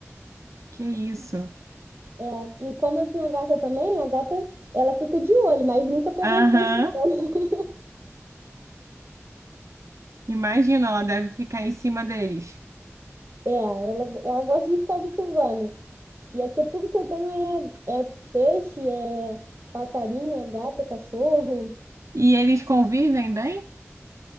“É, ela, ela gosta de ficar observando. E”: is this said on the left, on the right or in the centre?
Right